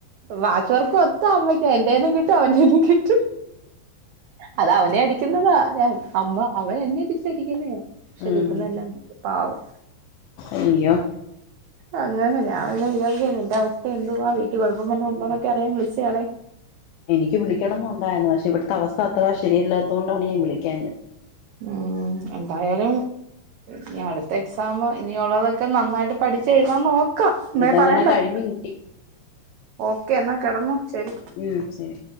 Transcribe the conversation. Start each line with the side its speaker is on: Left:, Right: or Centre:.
Right: വാച്ചോർക്ക്‌ മൊത്തം അമ്മയ്ക്ക എന്റെേന്നും കിട്ടും അവന്റെന്നും കിട്ടും അത് അവനെ അടിക്കുന്നതാ ഞാൻ അമ്മ അവൻ എന്നെ തിരിച്ചടിക്കുന്നെയ പക്ഷെ
Left: ഉം
Right: കിട്ടുന്നല്ലാം അമ്മക്ക് പാവം
Left: അയ്യോ
Right: അങ്ങനെ ഞാൻ പിന്നെ വിചാച്ച നിൻന്റെ അവസ്ഥ എന്തുവാ വീട്ടിൽ കുഴപ്പം വല്ലോണ്ടോന്നൊക്കെ അറിയാൻ വിളിച്ചയാടെ
Left: എനിക്ക് വിളിക്കണംന്ന് ഒണ്ടായിരുന്നു പക്ഷെ ഇവിടുത്തെ അവസ്ഥ അത്ര ശരിയല്ലാത്തുകൊണ്ടാണ് ഞാൻ വിളിക്കാഞ്ഞത്
Right: ആഹ് എന്തായാലും ഇനി അടുത്ത എക്സാമ് ഇനിയുള്ളതൊക്കെ നന്നായിട്ട് പഠിച്ചെഴുതാൻ നോ ക്കാം എന്നേ
Left: ഇതങ്ങനെ
Right: പറയാൻ പറ്റു
Left: കഴിഞ്ഞു കിട്ടി
Right: ഓക്കെ എന്നാ കെടന്നോ ശെരി
Left: ഉം ശരി